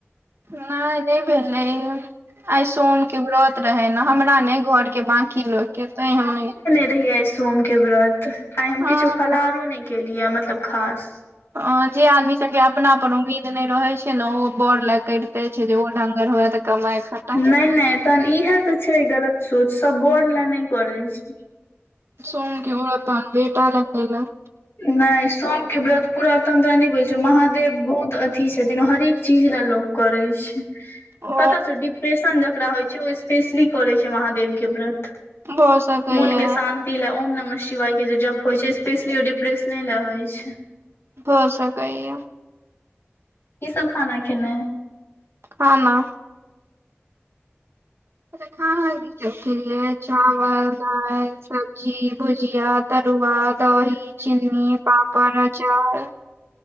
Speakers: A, on the right; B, on the left.
A: नहि-नहि भेलय यऽ। आइ सोनके व्रत रहय न, हमरा नहि घरके बाँकी लोकके तैं हम नहि,
B: रहियाइ सोम के व्रत, आइ हम
A: हँ
B: किछो फलहारो नहि केलियै मतलब खास
A: औ जे आदमी सबके अपनापर उम्मीद नहि रहय छय न, ओ बौर लै करिते छै जे ओ ढंगर हुये त कमाइ खटाइ
B: नहि-नहि तहन इहे तऽ छै गलत सोच, सब बौर ले नहि करय छय।
A: सोमके ब्रत तहन बेटा लै कैलक।
B: नहि सोम के व्रत पूरा तहन तोरा नहि बुझल छौ, महादेव बहुत अ अथी छथिन, हरेक चीज लै लोक करै छै,
A: ओ
B: पता छौ डिप पेंशन जकरा होइ छै, ओ स्पेशली करै छै महादेव के व्रत,
A: भऽ सकैया
B: मोन के शां तिं लए ओम नमः शिवाय के जप होइ छै, स्पेशली ओ डिप्रेशने लए होइ छै।
A: भ सकै यऽ।
B: कि सब खाना खेलै।
A: खाना एत्त ठाहल की छथीन यैं, चावल, दालि, सब्जी भुज भुजीया, तरुआ, दही, चीन्नी, पापड़, अचार